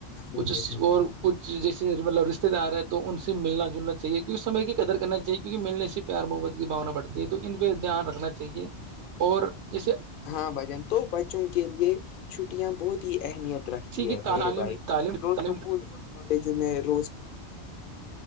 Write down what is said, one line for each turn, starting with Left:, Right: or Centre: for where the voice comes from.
Left: ہاں
Right: کچھ
Left: بھائی جان
Right: اور کچھ جیسے مطلب رشتے دار ہیں تو ان سے ملنا جلنا چاہیے کیکہ سمے کی قدر کرنا چاہیے کیونکہ ملنے سے پیار محبت کی بھونا بڑھتی ہے تو ان پہ دھیان رکھنا چاہیے اور جیسے
Left: ہاں بھجن تو بچوں کے لیے چھٹیاں بہت ہی اہمیت رکھتی
Right: کسی کی
Left: ہے
Right: تعلیم
Left: میرے بھائی
Right: تعلیم
Left: تو
Right: تعلیم
Left: سکول اور کالجوں میں روز <inaudible>